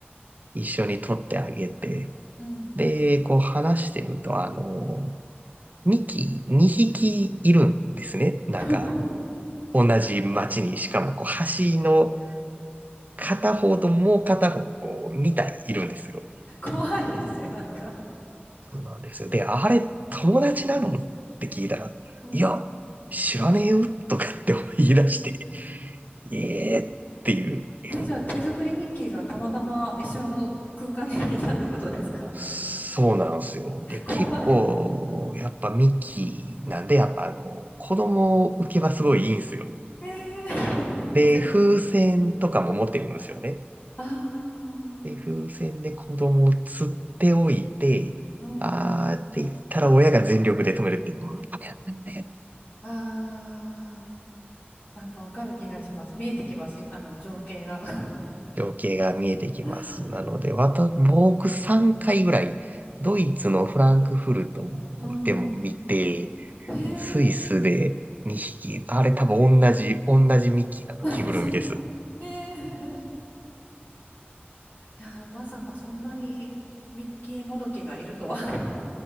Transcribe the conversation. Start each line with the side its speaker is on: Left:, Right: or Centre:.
Right: 一緒に撮ってあげて、
Left: うんうんうん
Right: で、こう話してると、あの、ミキ2匹いるんですね。なんかあの、
Left: <laughs>
Right: 同じ町に、しかもこう橋の片方ともう片方、こう2体いるんですよ。
Left: 怖いですね、なんか。
Right: そうなんですよ。で、あれ、友達なのって聞いたら、
Left: うん。
Right: いや、知らねえよとかって言い出して、ええー、っていう。え
Left: え、じゃあ手作りミッキーがたまたま一緒の空間にいたってことですか
Right: そうなんですよ。
Left: <laughs>
Right: で、結構、
Left: 怖い。
Right: やっぱミキなんで、やっぱあの、子供受けはすごいいいんですよ。
Left: ええいい
Right: で、
Left: <laughs>
Right: 風船とかも持ってるんですよね。
Left: ああ、
Right: で、風船で子供を釣っておいて、
Left: うんうん。
Right: あーって言ったら親が全力で止めるっていうね
Left: ああ、なんかわかる気がします。見えてきます、あの情景が。
Right: 情景が見えてきます。
Left: <laughs>
Right: なので、わた、僕3回ぐらい、ドイツのフランクフルト
Left: うんうん。
Right: でも見て、
Left: ええ
Right: スイスで2匹、あれ多分同じ、同じミッキーなの、
Left: <laughs> マジミッキー。
Right: 着ぐるみです。
Left: ええ <laughs> いやーまさかそんなにミッキーもどきがいるとは。